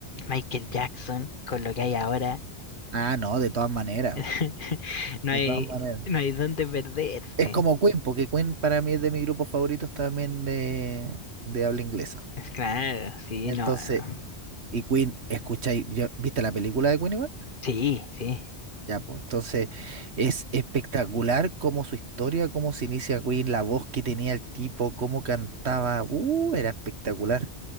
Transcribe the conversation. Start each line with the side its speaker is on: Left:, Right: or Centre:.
Left: Michael Jackson, con lo que hay ahora,
Right: Ah, no, de todas maneras.
Left: <laughs>
Right: po,
Left: no
Right: De
Left: hay,
Right: todas maneras.
Left: no hay dónde perderse.
Right: Es como Queen, porque Queen para mí es de mis grupos favoritos también de, de habla inglesa.
Left: Es claro, sí,
Right: Entonces,
Left: no, no.
Right: y Queen, escucháis, ya- ¿viste la película de Queen igual?
Left: sí, sí,
Right: Ya, pues entonces es espectacular como su historia, cómo se inicia Queen, la voz que tenía el tipo, cómo cantaba. Uh, era espectacular.